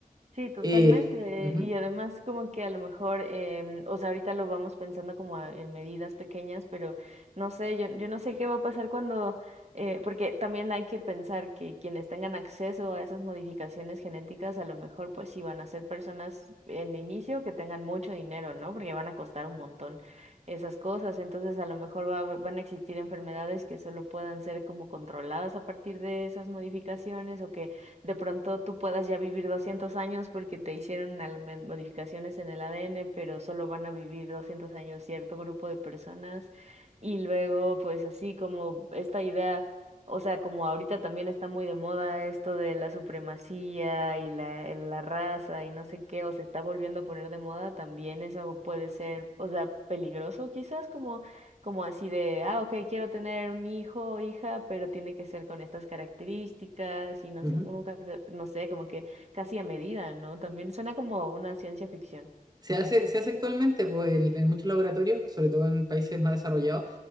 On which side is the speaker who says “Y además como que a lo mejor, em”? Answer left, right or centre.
Right